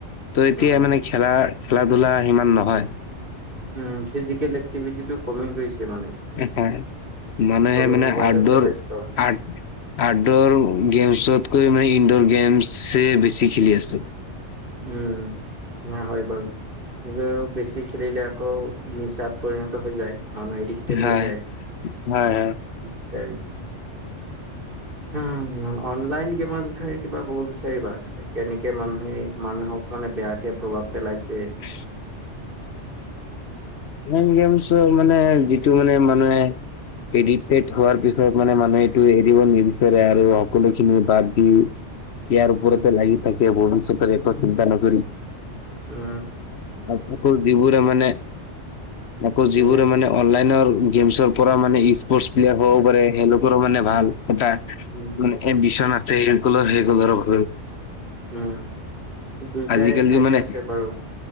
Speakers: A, on the left; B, on the right.
A: ত' এতিয়া
B: উম,
A: মানে খেলাৰ খেলা-ধূলা সিমান নহয়
B: উ ফিজিকেল একিভিটিটো কমি গৈছে মানে।
A: এহ হায় মানুনে
B: চবে
A: মানে
B: মোবাইলতে
A: আউটডৰ
B: ব্যস্ত।
A: আৰ্ট আউটড'ৰ গেমছতকৈ মানে ইনড'ৰ গেমছে বেছি খেলি আছে।
B: উম সেয়া হয় বাৰু। এইবোৰ বেছি খেলিলে আকৌ মোছাত পৰিণত হৈ যায় <unintelligible>
A: হয়
B: যায়।
A: হয় হয়
B: <unintelligible> হুম অনলাইন গেমৰ বিষয়ে কিবা ক'ব বিচাৰিবা কেনেকে মানুহে মানুহক মানে বেয়াকে প্ৰভাৱ পেলাইছে
A: উ অনলাইন গেমছ মানে যিটো মানে মানুহে এডিকটেড হোৱাৰ পিছত মানে মানুহে এইটো এৰিব নিবিচাৰে আৰু সকলো খিনি বাদ দি ইয়াৰ ওপৰতে
B: উম,
A: লাগি থাকে ভৱিষ্যতৰ একো চিন্তা নকৰি
B: উম,
A: আশা কৰো যিবোৰে মানে আকৌ যিবোৰে
B: এনে
A: মানে অনলাইনৰ গেমছৰ পৰা মানে স্পৰ্টচ প্লেয়াৰ হ'বও পাৰে সেইলোকৰ মানে ভাল এটা।
B: ওম।
A: এ বিচনাতে এইৰ <unintelligible> সেই <unintelligible> বাবেও
B: উম দুইটাই
A: আজিকালি
B: চাইড
A: মানে
B: আছে বাৰু।